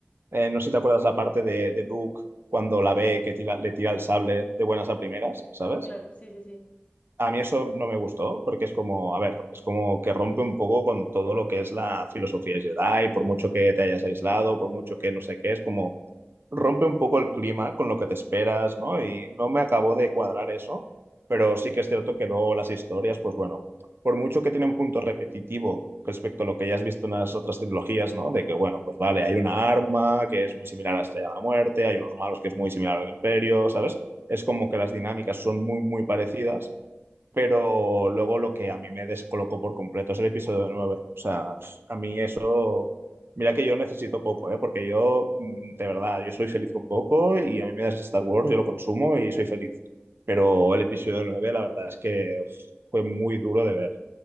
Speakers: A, on the right; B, on the left.
A: eh, no sé si te acuerdas la parte de, de Luke cuando la ve que tira- le tira el sable de buenas a primeras, ¿sabes?
B: Oh, claro, sí, sí, sí.
A: A mí eso no me gustó porque es como, a ver, es como que rompe un poco con todo lo que es la filosofía Jedi, por mucho que te hayas aislado, por mucho que no sé qué, es como rompe un poco el clima con lo que te esperas, ¿no? Y no me acabó de cuadrar eso, pero sí que es cierto que luego las historias, pues bueno, por mucho que tiene un punto repetitivo respecto a lo que ya has visto en las otras trilogías, ¿no? De que, bueno, pues vale, hay una arma que es muy similar a la Estrella de la Muerte, hay unos malos que es muy similar al Imperio, ¿sabes? Es como que las dinámicas son muy, muy parecidas pero luego lo que a mí me descolocó por completo es el episodio nueve, O sea, pf, a mí eso, mira que yo necesito poco, ¿eh? porque yo, mm, de verdad, yo soy feliz con poco y a mí me das Star Wars, yo lo consumo y soy feliz. Pero el episodio 9, la verdad es que uf, fue muy duro de ver,